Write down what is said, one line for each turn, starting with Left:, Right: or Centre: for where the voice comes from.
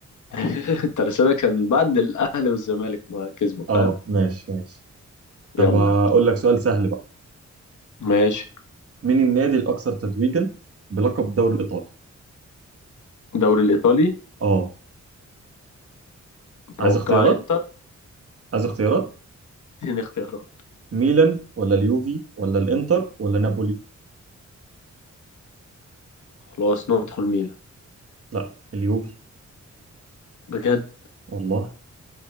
Left: <laughs> الترسانة كان بعد الأهلي والزمالك ما كسبوا فاهم
Right: اه ماشي ماشي طب
Left: يلا
Right: هقول
Left: يا عم.
Right: لك سؤال سهل بقى
Left: ماشي
Right: مين النادي الاكثر تتويجا بلقب الدوري الايطالي
Left: الدوري الإيطالي
Right: اه عايز
Left: توقع
Right: اختيارات
Left: إنتر
Right: عايز اختيارات
Left: اتنين اختيارات
Right: ميلان ولا اليوفي ولا الانتر ولا نابولي
Left: خلاص ندخل ميلان
Right: لا اليوفي
Left: بجد
Right: والله